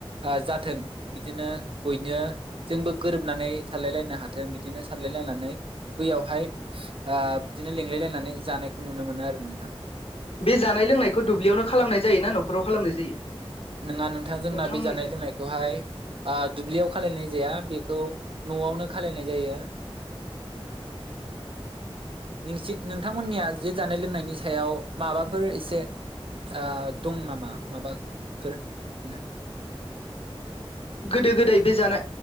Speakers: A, on the right; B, on the left.
A: ओ जाथों बिदिनो बयनो जोंबो गोरोबनानै थालाय लायनो हाथों बिदिनो सानलाय लायनानै बैयावहाय ओ बिदिनो लिलाय लाय नानै जानायखौ नुनो मोनो आरो नोंथां।
B: बे जानाय लोंनायखौ दुब्लियावनो खालामनाय जायो ना न'खराव खालामनाय जायो?
A: नोङा नोंथांजोंना
B: नोंथांमोननि
A: बे जानाय
B: जाय?
A: लोंनायखौहाय दुब्लियाव खालायनाय जाया बेख खौ न'आवनो खालायनाय जायो नोंसि-नोंथांमोननिया जे जानाय लोंनायनि सायाव माबाफोर एसे ओ दं नामा माबा फोर नो
B: गोदो गोदाय बे जानाय